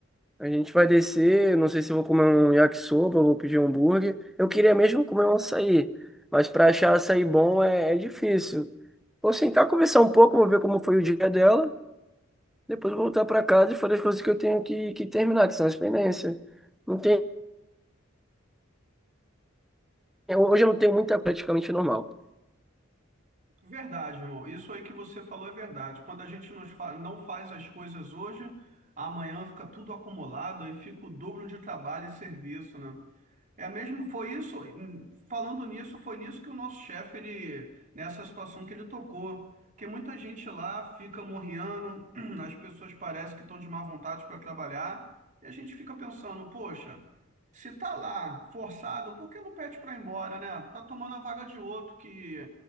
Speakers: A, in the centre; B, on the right (about 40°).
A: A gente vai descer, não sei se eu vou comer um yakisoba, eu vou pedir um hambúrguer. Eu queria mesmo comer um açaí, mas para achar açaí bom é, é difícil. Vou sentar, conversar um pouco, vou ver como foi o dia dela, depois eu vou voltar para casa e fazer as coisas que eu tenho que, que terminar, que são as pendências. Não tem, hoje eu não tenho muita praticamente normal.
B: Verdade, irmão. Isso aí que você falou é verdade. Quando a gente nos fa- não faz as coisas hoje, amanhã fica tudo acumulado, aí fica o dobro de trabalho e serviço, né? É mesmo, foi isso, falando nisso, foi nisso que o nosso chefe, ele, nessa situação que ele tocou, que muita gente lá fica morrendo, <clears throat> as pessoas parecem que estão de má vontade para trabalhar, e a gente fica pensando, poxa, se tá lá forçado, por que não pede para ir embora, né? Tá tomando a vaga de outro que,